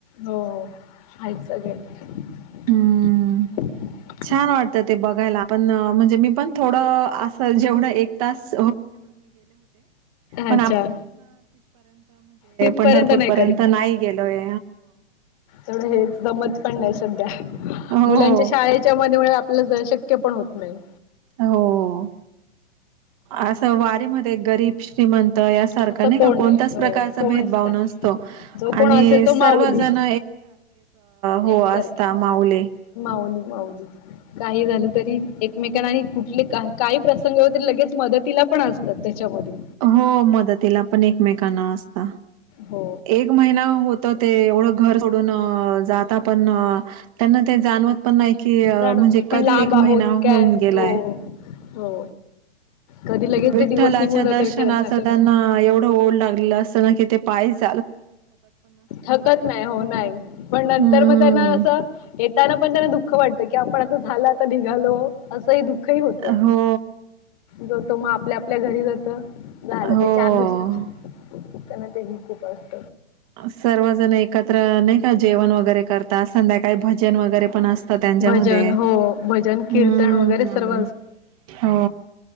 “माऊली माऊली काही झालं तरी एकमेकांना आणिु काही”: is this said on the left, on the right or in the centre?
Left